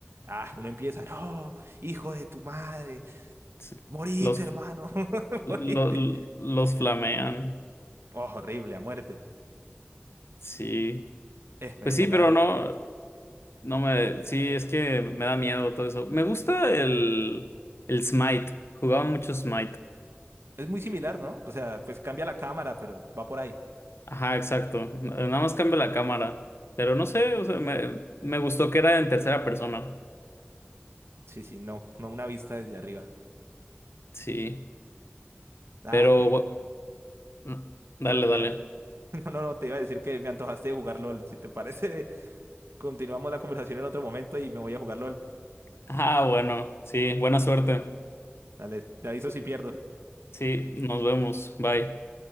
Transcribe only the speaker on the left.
Sí.
Los,
lo-
los flamean.
Sí.
Pues
sí, pero
no.
No me, sí, es que me da miedo todo eso. Me gusta el, el Smite. Jugaba mucho Smite.
Ajá, exacto. Nada más cambio la cámara. Pero no sé, o sea, me, me gustó que era en tercera persona.
Sí.
Pero,
bu- mm, dale,
dale.
Ah, bueno, sí, buena suerte.
Sí, nos vemos. Bye.